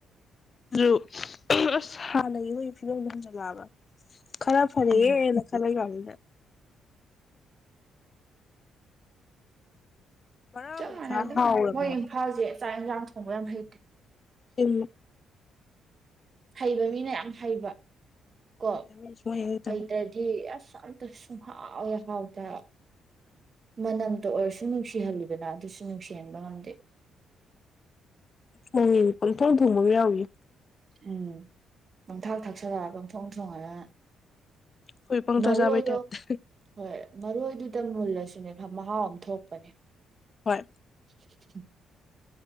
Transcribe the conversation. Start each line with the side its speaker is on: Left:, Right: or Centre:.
Left: ꯑꯗꯨ ꯑꯁ ꯍꯥꯟꯅꯒꯤ ꯃꯣꯏꯒꯤ ꯐꯤꯕꯣꯝꯗꯣ ꯍꯟꯖꯤꯜꯂꯛꯑꯕ ꯈꯔ ꯐꯔꯦꯅ
Right: ꯎꯝ
Left: ꯈꯔꯒ ꯑ ꯃꯔꯛ
Right: ꯆꯞ
Left: ꯑꯃꯗꯤ
Right: ꯃꯥꯟꯅꯩꯗꯣ
Left: ꯈꯔ ꯍꯥꯎꯔꯕꯅꯦ
Right: ꯃꯣꯏ
Left: ꯍꯥꯏꯕ
Right: ꯏꯝꯐꯥꯜꯁꯦ ꯆꯥꯛ ꯌꯦꯟꯁꯥꯡ ꯊꯣꯡꯕ ꯌꯥꯝ ꯍꯩꯇꯦ
Left: ꯌꯨꯝ
Right: ꯍꯩꯕ ꯃꯤꯅ ꯌꯥꯝ ꯍꯩꯕ ꯀꯣ
Left: ꯍꯩꯇꯕꯩꯅꯤ ꯁꯨꯡꯍꯩ ꯍꯩꯇꯕ
Right: ꯍꯩꯗ꯭ꯔꯗꯤ ꯑꯁ ꯌꯥꯝ ꯁꯨꯡꯍꯥꯎ ꯍꯦꯛ ꯍꯥꯎꯇꯦ ꯍꯥꯏꯕ ꯃꯅꯝꯇ ꯑꯣꯏꯔꯁꯨ ꯅꯨꯡꯁꯤꯍꯜꯂꯤꯗꯅ ꯑꯗꯨꯁꯨ ꯅꯨꯡꯁꯤ ꯅꯨꯡꯁꯤꯍꯟꯕ ꯉꯝꯗꯦ
Left: ꯍꯣꯡꯉꯦꯅꯦ ꯄꯡꯊꯣꯡ ꯊꯣꯡꯕ ꯑꯃ ꯌꯥꯎꯔꯤ
Right: ꯎꯝ ꯄꯪ ꯊꯥꯛ ꯊꯥꯛꯆꯜꯂ ꯄꯪ ꯊꯣꯡ ꯊꯣꯡꯉꯥ
Left: ꯑꯩꯈꯣꯏ ꯄꯪꯆꯥ
Right: ꯃꯔꯨ
Left: ꯆꯥꯕꯩ
Right: ꯑꯣꯏꯗꯣ
Left: ꯇꯥꯏꯞꯇ
Right: ꯍꯣꯏ ꯃꯔꯣꯏꯗꯨꯗꯤ ꯈꯤꯇ ꯃꯨꯜꯂꯁꯨꯅꯦ ꯃꯍꯥꯎ ꯑꯃ ꯊꯣꯛꯄꯅꯦ
Left: ꯍꯣꯏ
Right: ꯎ